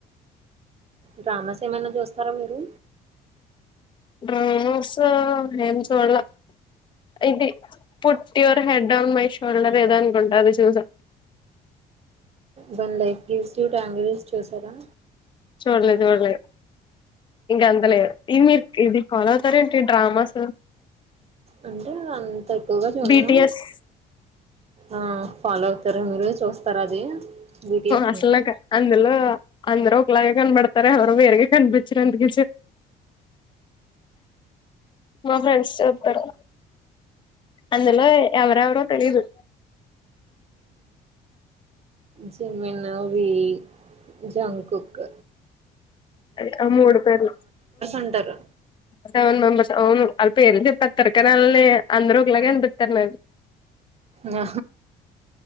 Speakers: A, on the right; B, on the left.
A: డ్రామాస్ ఏమైనా చూస్తారా మీరు
B: డ్రామోస్ హేం చూడలా ఇది put your head on my shoulder ఏదో అనుకుంట అది చూసా
A: when life gives you tangerines చూసారా
B: చూడలేదు చూడలేదు ఇంక అంతలేదు ఇది మీరు ఇది ఫాలో అవుతార ఏంటి డ్రామాస్
A: అంటే అంత ఎక్కువగా చూన్ను
B: బిటిఎస్
A: ఆ ఫాలో అవుతారు మీరు చూస్తార అది బిటిఎస్
B: అసలునాక
A: ని
B: అందులో అందరు ఒకలాగే కనపడతారు ఎవరో వేరుగ కనిపించారుందుక మా ఫ్రెండ్స్ చెప్తారు అందులో ఎవరెవరో తెలిదు
A: జిమిన్, వి జంగ్కుక్
B: అదే ఆ మూడు పేరు
A: ఉంటారు
B: సెవెన్ మెంబర్స్ అవును వాళ్ళ పేర్ చెప్పి తరకనాళని అందరు ఒకలాగ అనిపితారు నా
A: ఆ